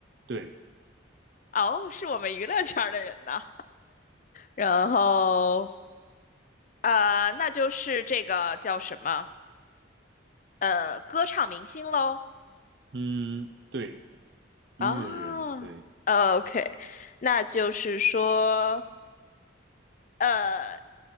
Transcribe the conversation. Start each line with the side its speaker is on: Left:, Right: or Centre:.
Right: 对，
Left: 哦，是我们娱乐圈儿的人呢。然后，呃，那就是这个叫什么？呃，歌唱明星喽。
Right: 嗯对，音乐人，
Left: 啊，OK，
Right: 对，
Left: 那就是说，呃